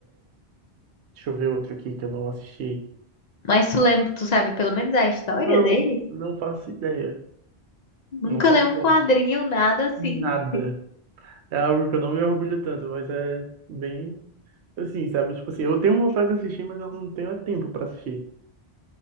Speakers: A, on the right; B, on the left.
A: Deixa eu ver outro aqui que eu não assisti.
B: Mas tu lembra, tu sabe pelo menos a história
A: Não,
B: deles?
A: não faço ideia.
B: Nunca
A: Não faço
B: leu
A: ideia.
B: um quadrinho, nada assim.
A: Nada. É algo que eu não me orgulho tanto, mas é bem assim, sabe? Tipo assim, eu tenho vontade de assistir, mas eu não tenho tempo pra assistir.